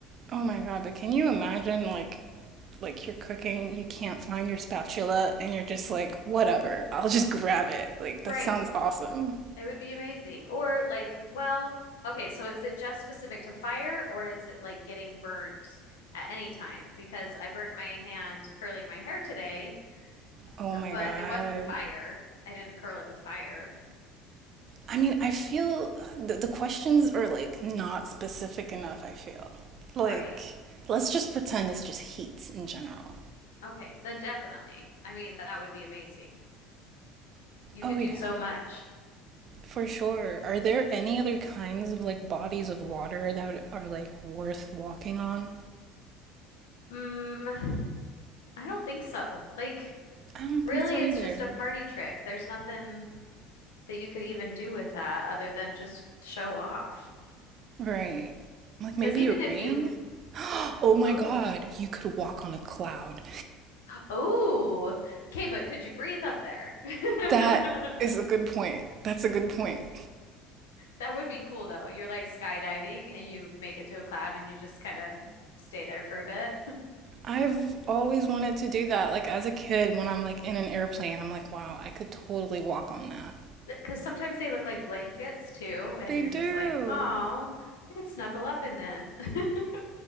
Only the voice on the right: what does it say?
Oh my god, but can you imagine like like you're cooking, you can't find your spatula and you're just like, whatever, I'll just grab it. Like
that sounds awesome.
Oh
my
god.
I mean, I feel the, the questions are like not specific enough, I feel. Like
let's just pretend it's just heat in general.
Oh
yeah.
For sure. Are there any other kinds of like bodies of water that are like worth walking on?
I don't
think so
either.
Right. Like
maybe
rain?
Oh my
God, you could walk on a cloud.
That is a good point. That's a good point.
I've always wanted to do that. Like as a kid, when I'm like in an airplane, I'm like, wow, I could totally walk on that.
They
do.